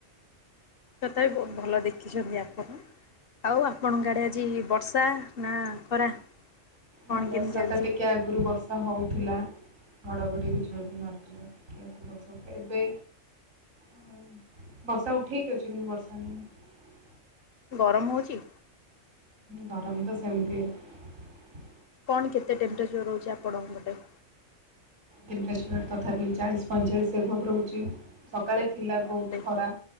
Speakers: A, on the left; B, on the right.
A: ତଥାପି ବହୁତ ଭଲ ଦେଖିଛନ୍ତି ଆପଣ । ଆଉ ଆପଣଙ୍କ ଆଡେ ଆଜି ବର୍ଷା ନା ଖରା? କଣ
B: ହ ବର୍ଷା
A: କେମିତି ଚାଲିଛି?
B: ତ ଟିକେ ଆଗରୁ ବର୍ଷା ହଉ ଥିଲା ଘଡ଼ଘଡ଼ି ବିଜୁଳି ବି ମାରୁଥିଲା । ଟିକେ ବର୍ଷା ହୋଉଥିଲା ଏବେ ହ ବର୍ଷା ଉଠେଇକି ଅଛି କିନ୍ତୁ ବର୍ଷା ନାହିଁ ।
A: ଗରମ ହଉଚି?
B: ଗରମ ତ ସେମିତି ।
A: କଣ? କେତେ ଟେମ୍ପରେଚର ରହୁଛି ଆପଣଙ୍କ ପେଟ?
B: ଟେମ୍ପରେଚର ତଥାପି ଚାଳିଶ ପଇଁଚାଳିଶ ଏଭବ ରହୁଛି ସକାଳେ ଥିଲା
A: ବାପରେ
B: ବହୁତ ଖରା